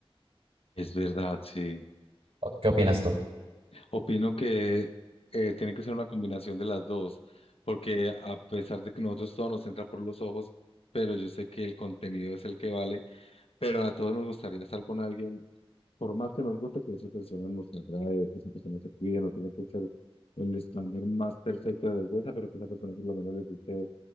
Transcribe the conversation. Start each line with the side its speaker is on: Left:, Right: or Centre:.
Left: es verdad, sí.
Right: ¿O ¿Qué opinas tú?
Left: Opino que eh, tiene que ser una combinación de las dos, porque a pesar de que nosotros todo nos entra por los ojos, pero yo sé que el contenido es el que vale, pero a todos nos gustaría estar con alguien, por más que nos guste que esa persona nos agrade, que esa persona se cuide, no tiene que ser el estándar más perfecto de belleza, pero que esa persona por lo menos le guste,